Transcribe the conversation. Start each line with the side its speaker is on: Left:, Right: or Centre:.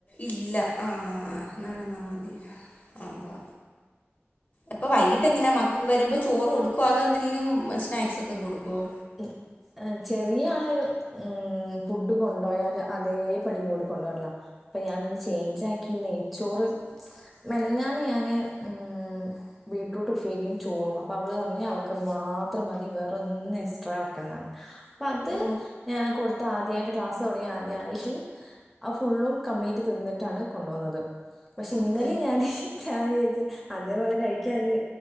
Left: ഇല്ല. ആഹ് നടന്നാ മതി. അതാ എപ്പൊ വൈകിട്ട് എങ്ങനാ മക്കക്ക് വരുമ്പോ ചോറ് കൊടുക്കുവോ അതോ എന്തെങ്കിലും സ്നാക്സ് ഒക്കെ കൊടുക്കുവോ?
Centre: ഉം ഏഹ് ചെറിയ ആള് ഉം ഫുഡ് കൊണ്ടോയാല് അതേ പടി ഇങ്ങോട് കൊണ്ടുവരലാ. അപ്പൊ ഞാനൊന്ന് ചേയ്ഞ്ച് ആക്കി നെയ്ച്ചോറ്
Left: ഉ
Centre: മിനിഞ്ഞാന്ന് ഞാന് ഉം ബീട്ട്രൂട്ട് ഉപേരിയും ചോറും. അപ്പൊ അവള് അന്നെ അവൾക്കത് മാ മാത്രം മതി വേറൊന്നും എക്സ്ട്രാ വെക്കണ്ടാന്ന് അപ്പ അത്
Left: ഓ
Centre: ഞാൻ കൊട് ത്താദ്യായിട്ട് ക്ലാസ് തുടങ്ങി ആദ്യായിട്ട് അത് ഫുള്ളും കംപ്ലീറ്റ് തിന്നിട്ടാണ് കൊണ്ട് വന്നത്. പക്ഷെ
Left: ഓക്കെ
Centre: ഇന്നെലിം ഞാന് ച്ചായി വച്ച് അതേപോലെ കഴിക്കാന്ന്